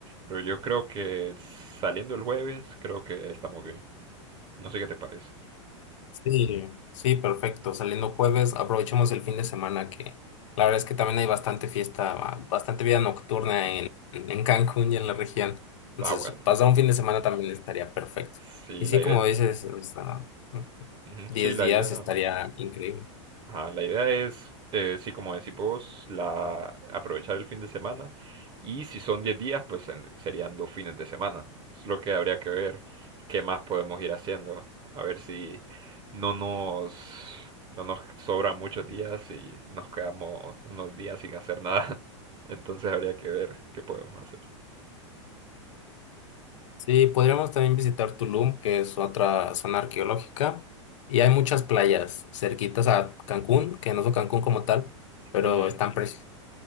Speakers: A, on the right; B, on the left.
A: Pero yo creo que saliendo el jueves, creo que estamos bien. No sé qué te parece.
B: Sí, sí, perfecto. Saliendo jueves, aprovechemos el fin de semana que la verdad es que también hay bastante fiesta, ba- bastante vida nocturna en, en Cancún y en la región. Entonces,
A: Está bueno.
B: pasar un fin de semana también estaría perfecto.
A: Sí,
B: Y sí,
A: la
B: como
A: idea.
B: dices, o sea,
A: Ujú,
B: 10
A: Sí, la
B: días
A: idea.
B: estaría increíble.
A: Ajá, la idea es, eh, sí, como decís vos, la, aprovechar el fin de semana. Y si son 10 días, pues en- serían dos fines de semana. Es lo que habría que ver qué más podemos ir haciendo. A ver si no nos, no nos sobran muchos días y nos quedamos unos días sin hacer nada. <laughs> Entonces habría que ver qué podemos hacer.
B: Sí, podríamos también visitar Tulum, que es otra zona arqueológica, y hay muchas playas cerquitas a Cancún, que no son Cancún como tal, pero
A: Ujú.
B: están preciosas.